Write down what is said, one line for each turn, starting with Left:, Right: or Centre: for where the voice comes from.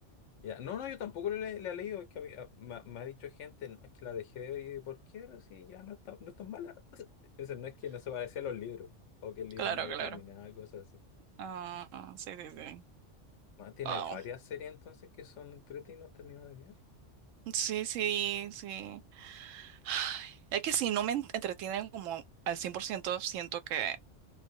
Left: Ya, No, no, yo tampoco le, le he leído, es que a mí, a- me, me ha dicho gente, no, es que la dejé de ver y ¿por qué? Pero si ya no está, no es tan mala. <laughs> Entonces no es que no se parecía a los libros, o que el libro
Right: Claro,
Left: no haya
Right: claro.
Left: terminado, cosas así.
Right: Ah, sí, sí, sí.
Left: Más tiene
Right: Wow.
Left: varias series entonces que son entretenidas y no he terminado de ver.
Right: Sí, sí, sí. Ay, Es que si no me en- entretienen como al 100% siento que